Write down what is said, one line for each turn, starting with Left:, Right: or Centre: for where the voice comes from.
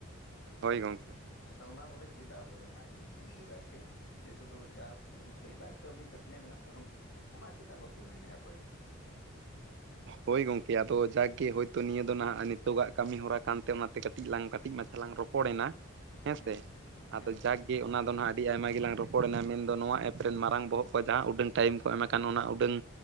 Right: ᱦᱳᱭ ᱜᱚᱝᱠᱮ᱾
Left: ᱟᱫᱚ ᱚᱱᱟ ᱵᱚᱞᱮ ᱪᱮᱫᱟᱜ ᱵᱚᱞᱮ ᱚᱱᱟ ᱤᱧᱫᱚᱩᱧ ᱢᱮᱱ ᱚᱪᱚᱭᱮᱫᱟ ᱟᱨᱠᱤ? ᱡᱮ ᱥᱩᱫᱩ ᱪᱟᱥ ᱮᱴᱟᱜ ᱠᱟᱹᱢᱤ ᱠᱟᱹᱥᱱᱤ ᱢᱮᱱᱟᱜ ᱛᱟᱵᱚᱱᱟ ᱚᱱᱟ ᱪᱮᱫᱟᱜ ᱵᱟᱠᱚ ᱢᱮᱱᱮᱫᱼᱟ ᱚᱠᱚᱭ ᱦᱚᱸ᱾
Right: ᱦᱳᱭ ᱜᱚᱝᱠᱮ ᱟᱫᱚ ᱡᱟᱠᱜᱮ ᱦᱳᱭᱛᱳ ᱱᱤᱭᱟᱹ ᱫᱚ ᱱᱟᱦᱟᱜ ᱱᱤᱛᱚᱜ ᱟᱜ ᱠᱟᱹᱢᱤ ᱦᱚᱨᱟ ᱠᱟᱱᱛᱮ ᱚᱱᱟ ᱠᱟᱹᱴᱤᱡ ᱞᱟᱝ ᱠᱟᱹᱴᱤᱡ ᱢᱟᱪᱷᱟ ᱞᱟᱝ ᱨᱚᱯᱚᱲᱮᱱᱟ ᱦᱮᱸ
Left: ᱦᱚᱸ
Right: ᱥᱮ ᱟᱫᱚ
Left: ᱦᱮᱸ ᱦᱮᱸ
Right: ᱡᱟᱠ ᱤ ᱚᱱᱟ ᱫᱚ ᱱᱟᱦᱜ ᱟᱹᱰᱤ ᱟᱭᱢᱟ ᱜᱮᱞᱟᱝ ᱨᱚᱯᱚᱲᱮᱱᱟ ᱢᱮᱱᱫᱚ ᱱᱚᱣᱟ ᱮᱯ ᱨᱮᱱ ᱢᱟᱨᱟᱝ ᱵᱚᱦᱚᱜ ᱠᱚ ᱡᱟᱦᱟᱸ ᱩᱰᱟᱹᱝ ᱴᱟᱭᱤᱢ ᱠᱚ ᱮᱢ ᱟᱠᱟᱱ ᱚᱱᱟ ᱩᱰᱟᱹᱝ